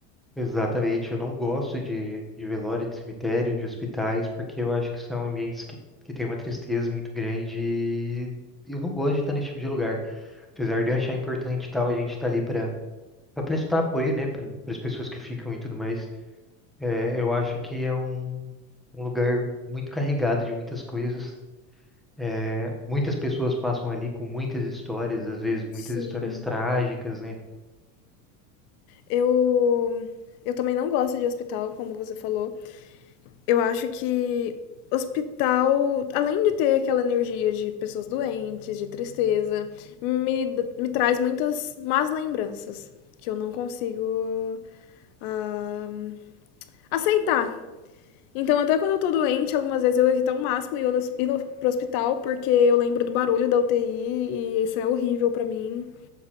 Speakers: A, in the centre; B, on the left.
A: Exatamente. Eu não gosto de, de velório, de cemitério, de hospitais, porque eu acho que são ambientes que, que têm uma tristeza muito grande e eu não gosto de estar nesse tipo de lugar. Apesar de eu achar importante e tal, a gente tá ali para para prestar apoio, né, para as pessoas que ficam e tudo mais. É, eu acho que é um, um lugar muito carregado de muitas coisas. É, muitas pessoas passam ali com muitas histórias, às vezes muitas
B: Sim.
A: histórias trágicas, né?
B: Eu eu também não gosto de hospital, como você falou. Eu acho que hospital, além de ter aquela energia de pessoas doentes, de tristeza, me, me traz muitas más lembranças que eu não consigo ah, aceitar. Então, até quando eu tô doente, algumas vezes eu evito ao máximo ir, no, ir no, pro hospital, porque eu lembro do barulho da UTI e isso é horrível para mim.